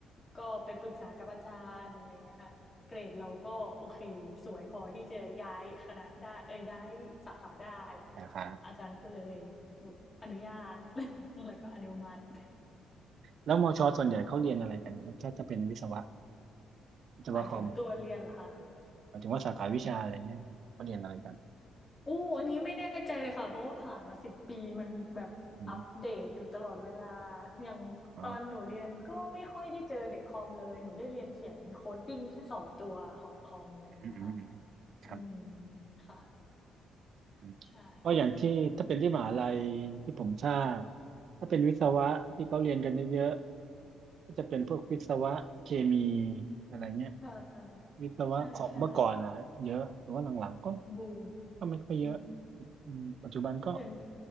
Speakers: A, on the left; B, on the right.
A: ก็ไปปรึกษากับอาจารย์อะไรเงี้ยค่ะเกรดเราก็โอเคสวยพอที่จะย้ายคณะได้เออย้ายสาขาได้
B: ใช่สาขา
A: อาจารย์ก็เลยอนุญาต <laughs> แล้วก็อนุมัติ
B: แล้วมอชอส่วนใหญ่เขาเรียนอะไรกันนะครับถ้าจะเป็นวิศวะวิศวะคอม
A: หมายถึงตัวเรียนเหรอคะ
B: หมายถึงว่าสาขาวิชาอะไรเนี่ยเขาเรียนอะไรกัน
A: อู้อันนี้ไม่แน่ใจเลยค่ะเพราะว่าผ่านมาสิบปีมันแบบอัปเดตอยู่ตลอดเวลา
B: อืม
A: อย่างตอนหนูเรียนก็ไม่ค่อยได้เจอเด็กคอมเลยหนูได้เรียนเขียนโคดดิ้งแค่สองตัวของคอมอะไรอย่างเงี้ยค่ะ
B: อ๋ออืมอืมอืม
A: อืม
B: ครับ
A: ค่ะ
B: อืม
A: ใช่
B: ก็อย่างที่ถ้าเป็นที่มหาลัยที่ผมทราบถ้าเป็นวิศวะที่เขาเรียนกันเยอะๆก็จะเป็นพวกวิศวะเคมีอะไรเงี้ย
A: ค่ะใช่ใช่
B: วิศวะคอมเมื่อก่อนนะเยอะแต่ว่าหลังๆก็
A: บูม
B: ก็ไม่ค่อยเยอะ
A: อืม
B: อืมปัจจุบันก็
A: เดี๋ยว